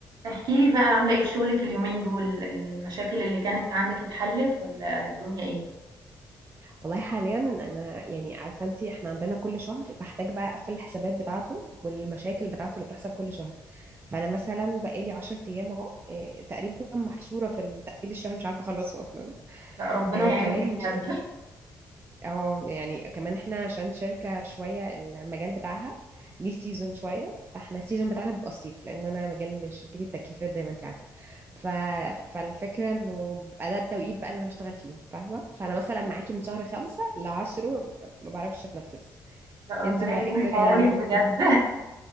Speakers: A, on the right; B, on the right.
A: احكي لي بقى عاملة ايه في شغلك اليومين دول المشاكل اللي كانت عندك اتحلت ولا الدنيا ايه
B: والله حاليا انا يعني عارفه انت احنا عندنا كل شهر بحتاج بقى اقفل الحسابات بتاعته والمشاكل بتاعته اللي بتحصل كل شهر فانا مثلا بقالي 10 ايام اهو إيه، تقريبا محشوره في التقفيل الشهر مش عارفه اخلصه اصلا
A: لا ربنا
B: إيه،
A: يعينك
B: كمان
A: بجد
B: اه يعني كمان احنا عشان شركة شوية المجال بتاعها ليه سيزون شوية فاحنا السيزون بتاعنا بيبقى الصيف لان انا مجال شركتي التكييفات زي ما انت عارفة ف... فالفكرة انه بيبقى ده التوقيت بقى اللي انا بشتغل فيه فاهمة فانا مثلا معاكي من شهر خمسة لعشره ما بعرفش اتنفس
A: لا ربنا
B: انت بقى
A: يكون
B: ايه الدنيا
A: في عونك
B: عندك
A: بجد